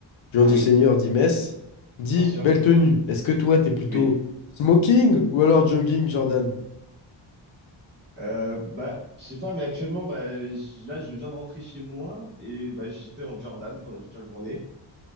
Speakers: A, on the left (about 75°); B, on the right (about 20°).
A: Jour
B: Ah
A: du
B: oui,
A: Seigneur dit messe, dit
B: bien sûr.
A: belle tenue. Est-ce que toi, t'es plutôt
B: Oui.
A: smoking ou alors jogging, Jordan?
B: Euh, bah, je sais pas, mais actuellement, bah, j- là, je viens de rentrer chez moi et bah, j'étais en Jordan pendant toute la journée.